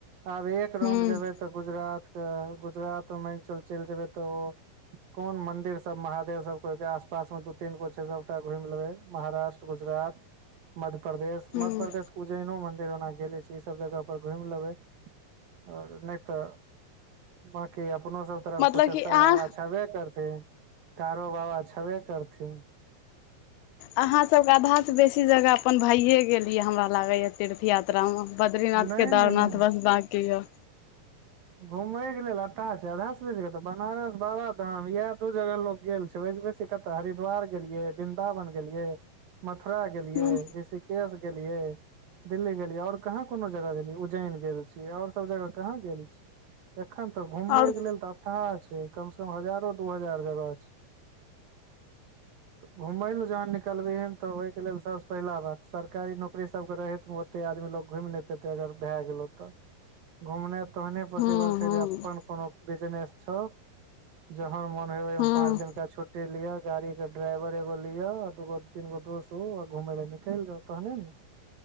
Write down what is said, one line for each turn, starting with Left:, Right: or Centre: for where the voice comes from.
Right: आब एक राउंड
Left: हूँ
Right: जेबै तऽ गुजरातके गुजरात मे चल चलि जेबै तऽ ओ कोन मंदिर सब महादेव सब को आसपास मे दू तीन गो छे सबटा घुमि लेबै महाराष्ट्र गुजरात मध्यप्रदेश
Left: हूँ
Right: मध्यप्रदेश उज्जैनो मन्दिर ओना गेले छी ई सब जगह पर घुमि लेबै आओर नहि तऽ बाँकी अपनो सब तरफ
Left: मतलब
Right: कुशेश्वर
Left: कि अहाँ
Right: बाबा छेबे करथिन कारो बाबा छेबे करथिन
Left: अहाँसभ आधासँ बेसी जगह अपन भइए गेलियै हमरा लागैए तीर्थ यात्रामे बद्रीनाथ
Right: नहि
Left: केदारनाथ
Right: नहि नहि
Left: बस बाँकी यऽ
Right: घुमय के लेल अथाह छै आधा से बेसी तऽ बनारस बाबाधाम इएह दू जगह लोग गेल छैै ओ से बैसि कत हरिद्वार गेलिये वृंन्दावन गेलियै मथुरा गेलियै
Left: हूँ
Right: ऋषिकेश केस गेलियै दिल्ली गेलियै और कहाँ कोनो जगह गेली उज्जैन गेल छीयै और सब जगह कहाँ गेल छी एखन तऽ घूमय
Left: आओर
Right: के लेल तऽ अथाह छै कम से कम हजारो दू हजार जगह छै <inaudible> त घुमय लए जहन निकलबै हन तऽ ओहिके लेल सभसँ पहिला बात सरकारी नौकरी सभके रहै ऐते आदमी लोग घुमि नहि पेते अगर भए गेलो तऽ घुमने तोहने पॉसिबल
Left: हूँ
Right: छै
Left: हूँ
Right: जे अपन कोनो बिजनेस छौ जहन मोन हे ओहि
Left: हूँ
Right: मे पाँच दिनका छुट टी लिअ गाड़ी के ड्राइवर एगो लिअ आ दगो तीन गो दोस्त घूमे ल निकल जो तहने ने